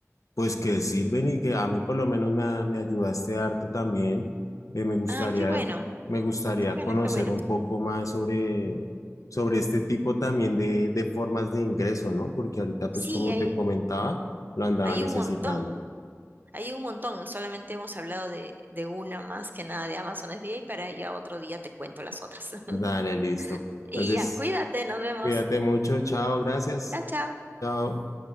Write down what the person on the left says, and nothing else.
pues, que sirven y que a mí por lo menos me, a- me ayudaste harto también. Eh, me gustaría,
me gustaría
conocer
un poco más sobre, sobre este tipo también de, de formas de ingreso, ¿no? Porque ahorita,
pues, como
te comentaba, lo andaba
necesitando.
Dale, listo. Entonces,
cuídate mucho. Chao, gracias.
Chao.